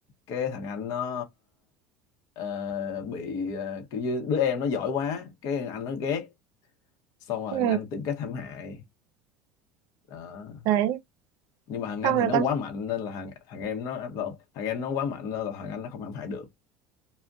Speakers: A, on the left (about 60°); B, on the right (about 65°).
A: cái thằng anh nó ờ, bị ờ, kiểu như đứa em nó giỏi quá cái thằng anh nó ghét xong rồi
B: ừ,
A: thằng anh tìm cách hãm hại đó
B: đấy
A: nhưng mà thằng anh
B: xong
A: thì
B: rồi
A: nó
B: con
A: quá mạnh nên là thằng thằng em nó thằng em nó quá mạnh nên là thằng anh nó không hãm hại được